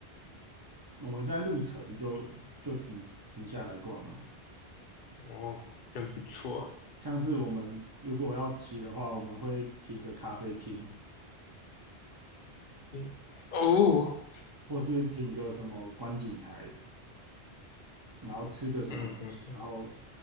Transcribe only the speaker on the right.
我们是在路程就就停停下来逛了，
像是我们如果要骑的话，我们会停个咖啡厅，
或是停个什么观景台，然后吃个什么东西，
然后